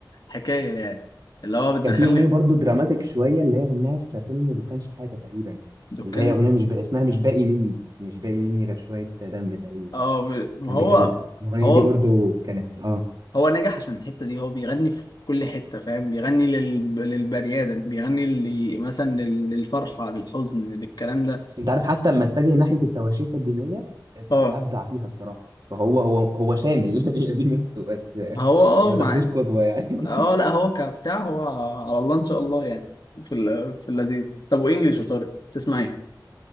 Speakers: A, on the left (about 65°); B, on the right (about 60°).
A: حكاية يعني اللي هو بتدخلني
B: كان في اغنيه برضو دراماتيك شويه اللي هي غناها في فيلم دكان شحاته تقريبا
A: دكان
B: اللي هي اغنيه مش بقى اسمها مش باقي مني مش باقي مني غير شويه دم تقريبا
A: اه ما
B: كان
A: هو
B: بيغني الاغنيه
A: هو
B: دي برضو كانت اه
A: هو نجح عشان الحتة دي هو بيغني في كل حتة فاهم بيغني لل... للبني آدم بيغني اللي مثلا لل... للفرحة للحزن للكلام ده
B: انت عارف حتى لما اتجه ناحيه التواشيح الدينيه ات-
A: اه
B: ابدع فيها الصراحه فهو هو هو شامل <laughs> هي دي ميزته بس
A: هو اه
B: ما
A: مع
B: تاخدوش
A: إن-
B: قدوه يعني
A: اه لا هو كبتاع هو على الله إن شاء الله يعني في ال... في اللذيذ طب وإنجلش يا طارق تسمع إيه؟